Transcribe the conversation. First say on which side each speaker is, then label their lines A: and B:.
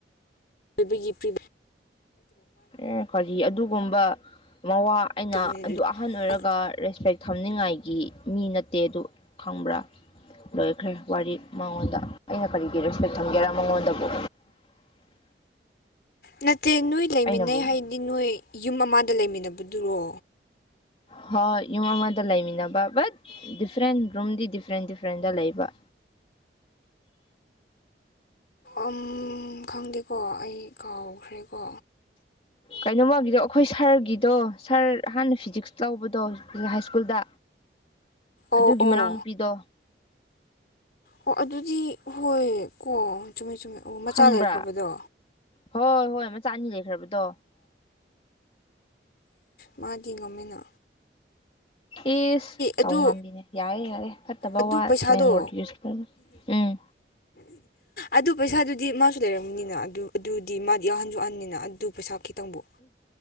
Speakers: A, on the left; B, on the left.
A: ꯑꯣꯏꯕꯒꯤ ꯄ
B: ꯑꯦ ꯀꯔꯤ ꯑꯗꯨꯒꯨꯝꯕ ꯃꯋꯥ ꯑꯩꯅ
A: ꯎꯁꯤꯠꯇꯕꯅꯦ
B: ꯑꯗꯨ ꯑꯍꯟ ꯑꯣꯏꯔꯒ
A: ꯑꯗꯨꯗꯤ
B: ꯔꯦꯁꯄꯦꯛ ꯊꯝꯅꯤꯉꯥꯏꯒꯤ ꯃꯤ ꯅꯠꯇꯦ ꯑꯗꯨ ꯈꯪꯕ꯭ꯔꯥ ꯂꯣꯏꯈ꯭ꯔꯦ ꯋꯥꯔꯤ ꯃꯉꯣꯟꯗ ꯑꯩꯅ ꯀꯔꯤꯒꯤ ꯔꯦꯁꯄꯦꯛ ꯊꯝꯒꯦꯔꯥ ꯃꯉꯣꯟꯗꯕꯨ
A: ꯅꯠꯇꯦ ꯅꯣꯏ ꯂꯩꯃꯤꯟꯅꯩ
B: ꯑꯩꯅꯕꯨ
A: ꯍꯥꯏ ꯍꯥꯏꯗꯤ ꯅꯣꯏ ꯌꯨꯝ ꯑꯃꯗ ꯂꯩꯃꯤꯟꯅꯕꯗꯨꯔꯣ
B: ꯍꯣꯏ ꯌꯨꯝ ꯑꯃꯗ ꯂꯩꯃꯤꯟꯅꯕ ꯕꯠ ꯗꯤꯐ꯭ꯔꯦꯟ ꯔꯨꯝꯗꯤ ꯗꯤꯐ꯭ꯔꯦꯟ ꯗꯤꯐ꯭ꯔꯦꯟꯗ ꯂꯩꯕ
A: ꯎꯝ ꯈꯪꯗꯦꯀꯣ ꯑꯩ ꯀꯥꯎꯈ꯭ꯔꯦꯀꯣ
B: ꯀꯩꯅꯣ ꯃꯥꯒꯤꯗꯣ ꯑꯩꯈꯣꯏ ꯁꯥꯔꯒꯤꯗꯣ ꯁꯥꯔ ꯍꯥꯟꯅ ꯐꯤꯖꯤꯛꯁ ꯂꯥꯎꯕꯗꯣ ꯍꯥꯏ ꯁ꯭ꯀꯨꯜꯗ
A: ꯑꯣ
B: ꯑꯗꯨꯒꯤ
A: ꯑꯣ
B: ꯃꯅꯥꯎꯅꯨꯄꯤꯗꯣ
A: ꯑꯣ ꯑꯗꯨꯗꯤ ꯍꯣꯏ ꯀꯣ ꯆꯨꯝꯃꯦ ꯆꯨꯝꯃꯦ ꯑꯣ ꯃꯆꯥ
B: ꯈꯪꯕ꯭ꯔꯥ
A: ꯂꯩꯈ꯭ꯔꯕꯗꯣ
B: ꯍꯣꯏ ꯍꯣꯏ ꯃꯆꯥ ꯑꯅꯤ ꯂꯩꯈ꯭ꯔꯕꯗꯣ
A: ꯃꯥꯗꯤ ꯉꯝꯃꯤꯅ
B: ꯑ <inaudible> ꯑꯦꯁ
A: ꯑꯗꯨ
B: ꯇꯧ ꯉꯝꯃꯤꯅꯦ ꯌꯥꯔꯦ ꯌꯥꯔꯦ ꯐꯠꯇꯕ
A: ꯑꯗꯨ
B: ꯋꯥ
A: ꯄꯩꯁꯥꯗꯣ
B: ꯁꯂꯥꯏ ꯕꯣꯔꯗ ꯌꯨꯁ ꯇꯧ ꯎꯝ
A: ꯑꯗꯨ ꯄꯩꯁꯥꯗꯨꯗꯤ ꯃꯥꯁꯨ ꯂꯩꯔꯝꯅꯤꯅ ꯑꯗꯨ ꯑꯗꯨꯗꯤ ꯃꯥꯗꯤ ꯌꯥꯍꯟꯁꯨ ꯑꯍꯟꯅꯤꯅ ꯑꯗꯨ ꯄꯩꯁꯥ ꯈꯤꯇꯪꯕꯨ